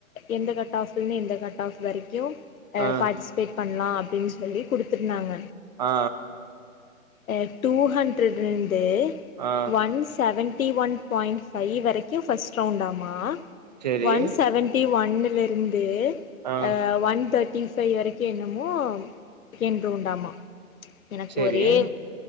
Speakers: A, on the left; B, on the right.
A: எந்த கட் ஆஃப்ல்லே இந்த கட் ஆஃப் வரைக்கும்
B: ஆ
A: பார்ட்டிசிபேட் பண்லா அப்டின் சொல்லி குடுத்துருந்தாங்க
B: ஆ
A: அ டூ ஹண்ட்ரட்ல்ந்து
B: ஆ
A: one seventy one point five வரைக்கும் ஃபர்ஸ்ட் ரவுண்டாமா
B: செரி
A: ஒன் செவன் ட்டி ஒன்னுலருந்து
B: ஆ
A: அ ஒன் தேர்ட்டி ஃபைவ் வரைக்கு என்னமோ ரெண் ரவுண்டாமா எனக்கு
B: செரி
A: ஒரே
B: ஆ